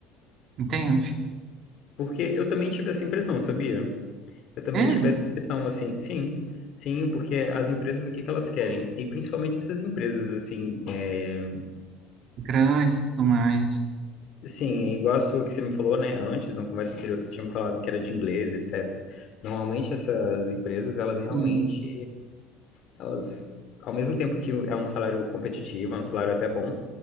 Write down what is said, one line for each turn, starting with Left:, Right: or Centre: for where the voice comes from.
Right: entende?
Left: Porque eu também tive essa impressão, sabia? eu também
Right: Ele,
Left: tive essa impressão, assim, sim, sim, porque as empresas, o que que elas querem? E principalmente essas empresas, assim, é,
Right: grandes e tudo mais.
Left: sim, é igual a sua que você me falou, né, antes, na conversa anterior, você tinha me falado que era de inglês, etc. Normalmente essas empresas, elas realmente,
Right: E-
Left: elas, ao mesmo tempo que é um salário competitivo, é um salário até bom,